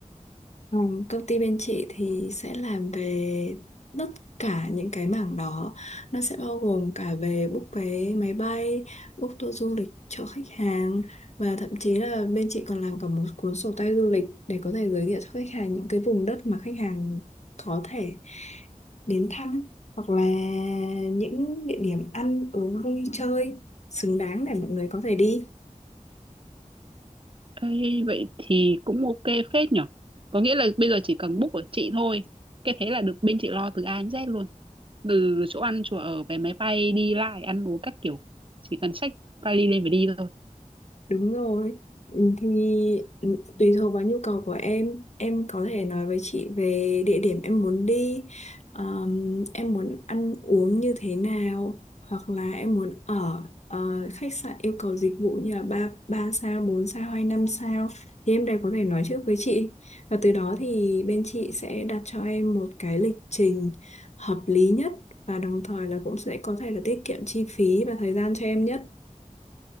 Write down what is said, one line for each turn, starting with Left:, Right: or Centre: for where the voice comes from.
Left: Ừ, công ty bên chị thì sẽ làm về tất cả những cái mảng đó. Nó sẽ bao gồm cả về book vé máy bay, book tour du lịch cho khách hàng và thậm chí là bên chị còn làm cả một cuốn sổ tay du lịch để có thể giới thiệu cho khách hàng những cái vùng đất mà khách hàng có thể đến thăm hoặc là những địa điểm ăn uống vui chơi xứng đáng để mọi người có thể đi.
Right: Ê, vậy thì cũng ok phết nhở có nghĩa là bây giờ chỉ cần book của chị thôi cái thế là được bên chị lo từ A đến Z luôn từ chỗ ăn chỗ ở vé máy bay đi lại ăn uống các kiểu chỉ cần xách vali lên và đi thôi
Left: Đúng rồi. Ừ, Thì ừ, tùy thuộc vào nhu cầu của em, em có thể nói với chị về địa điểm em muốn đi, ờm, em muốn ăn uống như thế nào, hoặc là em muốn ở ờ, khách sạn yêu cầu dịch vụ như là 3 ba sao, 4 sao hay năm sao thì em đều có thể nói trước với chị. Và từ đó thì bên chị sẽ đặt cho em một cái lịch trình hợp lý nhất và đồng thời là cũng sẽ có thể là tiết kiệm chi phí và thời gian cho em nhất.